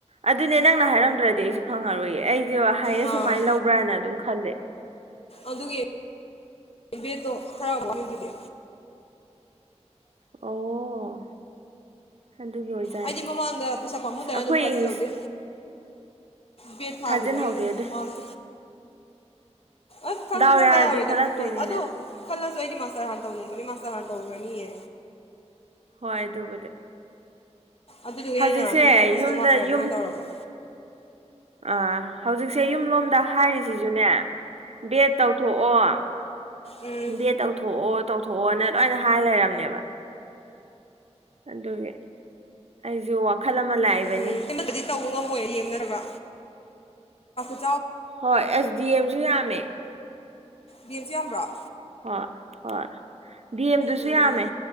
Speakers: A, on the right; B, on the left.
A: ꯑꯗꯨꯅꯦ ꯅꯪꯅ ꯍꯥꯏꯔꯝꯗ꯭ꯔꯗꯤ ꯑꯩꯁꯨ ꯈꯪꯉꯥꯔꯣꯏꯌꯦ ꯑꯩ ꯍꯥꯏꯌꯦꯁ
B: ꯑꯥ
A: ꯁꯨꯃꯥꯏꯅ ꯂꯧꯕ꯭ꯔꯥꯅ ꯑꯗꯨꯝ ꯈꯜꯂꯦ
B: ꯑꯗꯨꯒꯤ ꯕꯦꯠꯇꯣ ꯈꯔ ꯋꯥꯢꯌꯨꯈꯤꯗꯦ
A: ꯑꯣ ꯑꯗꯨꯒꯤ ꯑꯣꯏꯖꯥꯠꯅꯦ
B: ꯑꯩꯗꯤ ꯃꯃꯥꯡꯗ ꯄꯩꯁꯥ ꯄꯥꯝꯃꯨꯗꯅ
A: ꯑꯁ ꯑꯩꯈꯣꯏ
B: ꯑꯗꯨꯝ ꯊꯥꯖꯤꯜꯍꯧꯗꯦ
A: ꯏꯪꯂꯤꯁ
B: ꯕꯦꯠ ꯊꯥꯈꯤꯕꯒꯤꯗꯣ
A: ꯊꯥꯖꯤꯟꯍꯧꯒꯦꯗ
B: ꯃꯥꯔꯛ ꯑꯁ ꯈꯪ
A: ꯗꯥꯎ
B: ꯈꯜꯂꯥꯎꯋꯤꯗ
A: ꯌꯥꯔꯗꯤ ꯈꯜꯂꯛꯇꯣꯏꯅꯤꯅꯦ
B: ꯄꯤꯕꯣꯟ ꯑꯗꯣ ꯈꯜꯂ ꯑꯗꯣ ꯑꯩꯗꯤ ꯃꯥꯁꯇꯔ ꯍꯥꯟꯅ ꯇꯧꯅꯤꯡꯕꯅꯤ ꯃꯥꯁꯇꯔ ꯍꯥꯟꯅ ꯇꯧꯈ꯭ꯔꯅꯤꯌꯦ
A: ꯍꯣꯏ ꯑꯗꯨꯕꯨꯗꯤ
B: ꯑꯗꯨꯗꯨꯒꯤ
A: ꯍꯧꯖꯤꯛꯁꯦ
B: ꯑꯩꯅ ꯑꯗꯨꯝ ꯐꯣꯀ꯭ꯁꯇꯣ
A: ꯌꯨꯝꯗ
B: ꯃꯥꯁꯇꯔꯗꯥ
A: ꯌꯨꯝ
B: ꯑꯣꯏꯅ ꯇꯧꯔꯕ
A: ꯑꯥ ꯍꯧꯖꯤꯛꯁꯦ ꯌꯨꯝ ꯂꯣꯝꯗ ꯍꯥꯏꯔꯤꯁꯤꯁꯨꯅꯦ ꯕꯦꯠ ꯇꯧꯊꯣꯛꯑꯣ
B: ꯎꯝ
A: ꯕꯦꯠ ꯇꯧꯊꯣꯛꯑꯣ ꯇꯧꯊꯣꯛꯑꯣ ꯅ ꯂꯣꯏꯅ ꯍꯥꯏ ꯂꯩꯔꯕꯅꯦꯕ ꯑꯗꯨꯒꯤ ꯑꯩꯁꯨ ꯋꯥꯈꯜ ꯑꯃ ꯂꯥꯛꯏꯕꯅꯤ
B: ꯎꯝ ꯅꯩꯅꯗꯗꯤ ꯇꯧꯕ ꯉꯝꯃꯣꯏ ꯌꯦꯡꯅꯔꯒ <inaudible>
A: ꯍꯣꯏ ꯑꯦꯁ ꯗꯤ ꯑꯦꯝꯁꯨ ꯌꯥꯝꯃꯦ
B: ꯗꯦꯝꯁꯨ ꯌꯥꯝꯕ꯭ꯔꯣ
A: ꯍꯣꯏ ꯍꯣꯏ ꯗꯤ ꯑꯦꯝꯗꯨꯁꯨ
B: ꯎꯝ
A: ꯌꯥꯝꯃꯦ